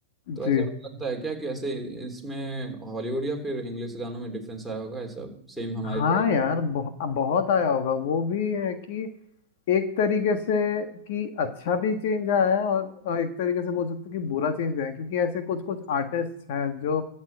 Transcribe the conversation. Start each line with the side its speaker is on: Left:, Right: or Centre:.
Centre: तो
Left: जी
Centre: ऐसे आपको लगता है क्या कि ऐसे इसमें हॉलीवुड या फिर इंग्लिश गानों में डिफरेंस आया होगा ऐसा सेम हमारी
Left: हाँ
Centre: तरह
Left: यार बहु, बहुत आया होगा वो भी है कि एक तरीके से कि अच्छा भी चेंज आया है और अ, एक तरीके से बोल सकते हैं कि बुरा चेंज भी आया है, क्योंकि ऐसे कुछ कुछ आर्टिस्ट हैं जो